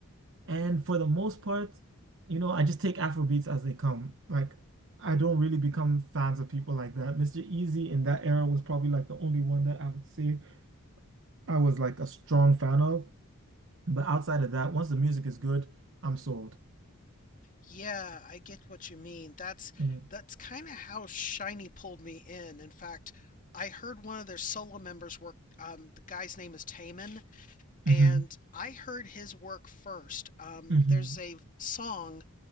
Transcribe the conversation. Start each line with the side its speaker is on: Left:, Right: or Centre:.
Right: And for the most part, you know, I just take Afro beats as they come. Like, I don't really become fans of people like that. Mr. Easy in that era was probably like the only one that I would say I was like a strong fan of. But outside of that, once the music is good, I'm sold.
Left: Yeah, I get what you mean. That's
Right: Mm.
Left: that's kind of how Shiny pulled me in. In fact, I heard one of their solo members work. Um, the guy's name is Taman, and
Right: Mm-hmm.
Left: I heard his work first. Um,
Right: Mm-hmm.
Left: there's a song